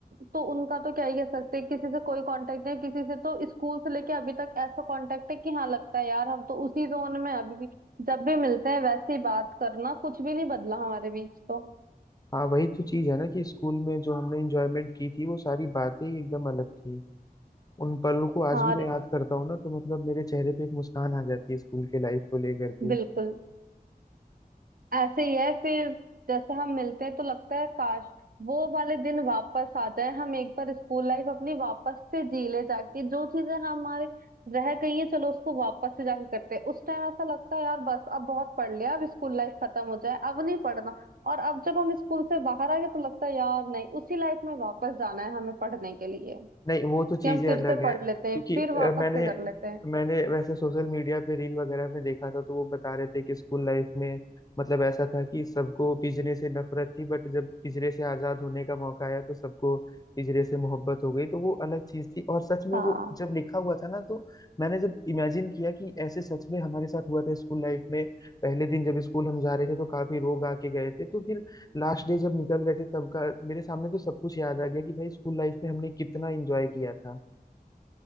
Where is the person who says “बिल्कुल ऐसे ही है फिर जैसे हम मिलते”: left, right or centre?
Right